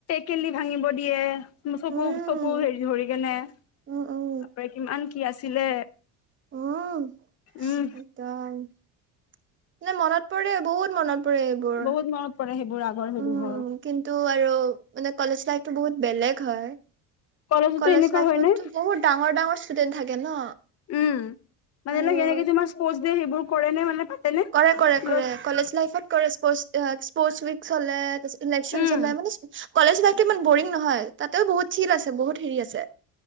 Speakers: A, on the left (about 45°); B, on the right (about 35°).
A: কেলি ভাঙিব দিয়ে। চকু
B: উম
A: চকু হেৰি ধৰি কেনে তপ
B: উম উম
A: কিমান কি আছিলে।
B: আহম
A: উম
B: সদ <unintelligible> মানে মনত পৰে বহুত মনত পৰে এইবোৰ
A: বহুত মনত পৰে সেইবোৰ আগৰ হেৰিবোৰ
B: উম, কিন্তু আৰু মানে কলেজ লাইফটো বহুত বেলেগ হয়।
A: কলেজতো
B: কলেজ
A: এনেকুৱা
B: লাইফতো
A: হয় নে
B: বহুত ডাঙৰ ডাঙৰ ষ্টুডেন্ট থাকে ন।
A: উম মানে
B: আৰু
A: এনেকে তোমাৰ স্পৰ্ দে সেইবোৰ কৰে ন মানে। পাতেনে
B: কৰে, কৰে
A: স্কুলত
B: কলেজ লাইফত কৰে স্পৰ্ট স্পৰ্টচ উই হলে তাৰপিছত ইলেকচন
A: উম
B: চলে মানে কলেজ লাইফটো ইমান বৰিং নহয়। তাতেও বহুত চিল আছে, বহুত হেৰি আছে।